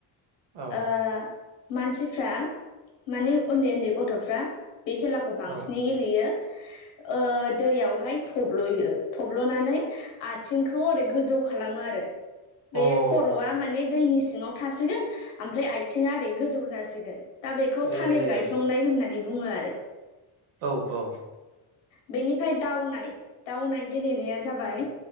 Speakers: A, on the right; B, on the left.
A: औ
B: ओ मानसिफ्रा माने उन्दै उन्दै गथ'फ्रा बे खेलाखौ बांसिनै
A: औ
B: गेलेयो ओ दैयावहाय थब्ल'यो थब्ल'नानै आथिंखौ ओरै गोजौ खालामो आरो।
A: अ
B: बे खर'आ माने दैनि सिङाव थासिगोन ओमफ्राय आथिंङा ओरै गोजौ जासिगोन दा बेखौ
A: ए
B: थालिर गायसंनाय होननानै बुङो आरो ।
A: औ औ
B: बेनिफ्राय दावनाय दावनाय गेलेनाया जाबाय